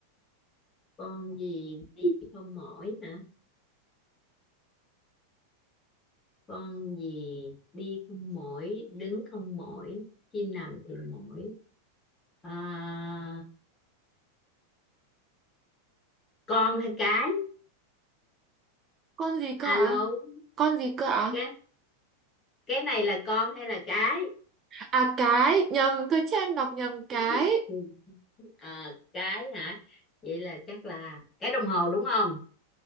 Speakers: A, on the left; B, on the right.
A: con gì đi không mỏi hả con gì đi không mỏi đứng không mỏi khi nằm thì mỏi à, con hay cái
B: Con gì cơ
A: alo
B: ạ? Con gì cơ ạ?
A: cái cái này là con hay là cái
B: À cái, nhầm, thôi chứ em đọc nhầm cái.
A: <laughs> Ừ, à, cái hả vậy là chắc là cái đồng hồ đúng không